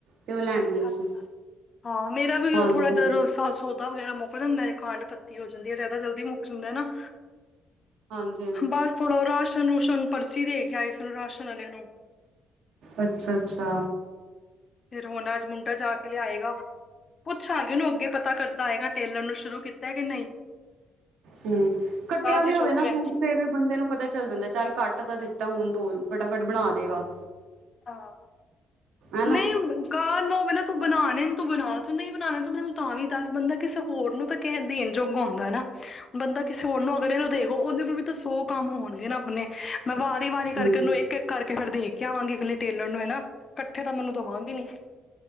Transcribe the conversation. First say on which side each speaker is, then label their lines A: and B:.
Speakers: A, on the right; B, on the left.
A: ਤੇ ਉਹ ਲੈਣ
B: ਅੱਛਾ-
A: ਗਈ
B: ਅੱਛਾ
A: ਸੀ
B: ਹਾਂ ਮੇਰਾ ਵੀ
A: ਹਾਂਜੀ
B: ਥੋੜਾ- ਜਦੋਂ ਸੌਦਾ ਵਗੈਰਾ ਮੁੱਕ ਜਾਂਦਾ ਹੈ ਖਾਡ ਪੱਤੀ ਹੋ ਜਾਂਦੀ ਹੈ। ਜਿਆਦਾ ਜਲਦੀ ਮੁੱਕ ਜਾਂਦਾ ਨਾ-
A: ਹਾਂਜੀ ਹਾਂਜੀ
B: ਬਸ ਥੋੜਾ ਰਾਸ਼ਨ ਰੁਸ਼ਨ ਪਰਚੀ ਦੇ ਕੇ ਆਈ ਸਾ ਰਾਸ਼ਨ ਵਾਲਿਆਂ ਨੂੰ-
A: ਅਛਾ ਅਛਾ
B: ਫੇਿਰ ਹੁਣ ਅੱਜ ਮੁੰਡਾ ਜਾ ਕੇ ਲਿਆਏਗਾ। ਪੁੱਛਾਂਗੀਨੂੰ ਅੱਗੇ ਪਤਾ ਕਿਤਾ ਹੈਏਗਾ ਟੇਲਰ ਨੂੰ ਸ਼ੁਰੂ ਕੀਤਾ ਕਿ ਨਹੀ-
A: ਹੂੰ ਕੱਟਿਆ
B: ਜੇ
A: ਵੀ
B: ਚੁੱਕ
A: ਹੋਵੇ ਨਾ
B: ਲਿਆ
A: ਸੂਟ ਫੇਰ ਵੀ ਬੰਦੇ ਨੂੰ ਪਤਾ- ਚੱਲ ਜਾਦਾ ਚੱਲ ਘੱਟ ਤਾਂ ਦਿੱਤਾ ਹੁਣ ਤੋ ਫਟਾਫਟ ਬਣਾ ਦੇਗਾ।
B: ਆਹ
A: ਹਨਾ
B: ਨਹੀ ਗਾਹਕ ਨੂੰ ਤੂੰ ਬਣਾਣੇ ਤੂੰ ਬਣਾ ਤੂੰ ਨਹੀ ਬਣਾਣੇ ਤੇ ਮੈਨੂੰ ਤਾਂ ਵੀ ਦੱਸ ਬੰਦਾ ਕਿਸੇ ਹੋਰ ਨੂੰ ਤਾਂ ਕਹਿ ਦੇਣ ਜੋੋਗ ਹੋਨਦਾ ਨਾ ਬੰਦਾ ਕਿਸੇ ਹੋਰ ਨੂੰ ਅਗਲੇ ਨੂੰ ਦੇਗੋ ਉਹਦੇ ਕੋਲ ਵੀ ਤਾਂ ਸੌ ਕਮ ਹੋਣਗੇ ਨਾ ਆਪਣੇ- ਮੈਂ ਵਾਰੀ ਵਾਰੀ
A: ਹਮ
B: ਕਰਕੇ ਉਹਨੂੰ ਇਕ ਇਕ ਕਰਕੇ ਫੇਰ ਦੇ ਕੇ ਆਵਾਂਗੀ। ਅਗਲੇ ਟੇਲਰ ਨੂੰ ਹੈ ਨਾ ਇਕੱਠੇ ਤਾਂ ਮੈਨੂੰ ਦੇਵਾਂਗੇ ਨੀ